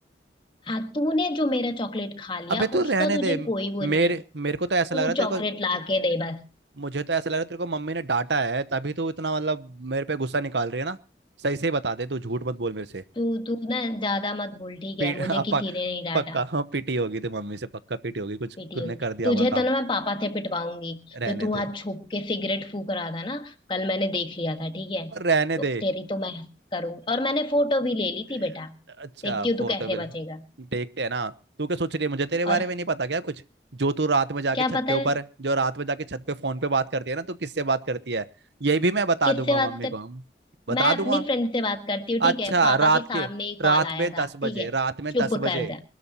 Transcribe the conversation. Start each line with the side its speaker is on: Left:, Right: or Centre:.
Left: हाँ तूने जो मेरा चॉकलेट खा लिया
Right: अबे तू
Left: उसका
Right: रहने
Left: तुझे
Right: दे
Left: कोई वो नहीं
Right: मेरे
Left: है
Right: मेरे को तो
Left: तू
Right: ऐसा लग रहा है
Left: चॉकलेट
Right: तेरे को
Left: ला के दे बस
Right: मुझे तो ऐसा लग रहा है तेरे को मम्मी ने डांटा है तभी तू इतना मतलब मेरे पे गुस्सा निकाल रही है ना सही से ही बता दे तू झूठ मत बोल मेरे से
Left: तू तू ना ज्यादा मत बोल ठीक
Right: पी,
Left: है
Right: <laughs>
Left: मुझे
Right: अब
Left: किसी
Right: पक,
Left: ने नहीं डांटा
Right: पक्का हाँ पीटी होगी तो मम्मी से पक्का पीटी होगी कुछ
Left: पीटी
Right: तूने
Left: होगी
Right: कर दिया
Left: तुझे
Right: होगा काम
Left: तो ना मैं पापा से पिटवाऊंगी
Right: रहने
Left: जो तू
Right: दे
Left: आज छुप के सिगरेट फूक रहा था ना कल मैंने देख लिया था ठीक है
Right: और रहने
Left: तो
Right: दे
Left: तेरी तो मैं करूंगी और मैंने फोटो भी ले ली
Right: ए,
Left: थी बेटा
Right: अच्छा
Left: देखती हूँ
Right: फोटो
Left: तू कैसे
Right: भी
Left: बचेगा
Right: देखते हैं ना तू क्या सोच रही है मुझे तेरे बारे
Left: और
Right: में नहीं पता क्या कुछ जो तू रात में जाके
Left: क्या
Right: छत
Left: पता
Right: के ऊपर
Left: है
Right: जो रात में जाके छत पे फोन पे बात करती है ना तू किससे बात करती है ये भी मैं बता
Left: किससे
Right: दूंगा
Left: बात
Right: मम्मी
Left: कर
Right: को हम बता
Left: मैं
Right: दूंगा
Left: अपनी फ्रेंड से बात करती हूँ
Right: अच्छा
Left: ठीक है पापा
Right: रात
Left: के सामने
Right: के
Left: ही
Right: रात
Left: कॉल आया
Right: में
Left: था
Right: दस बजे
Left: ठीक है
Right: रात में
Left: चुप
Right: दस बजे
Left: कर जा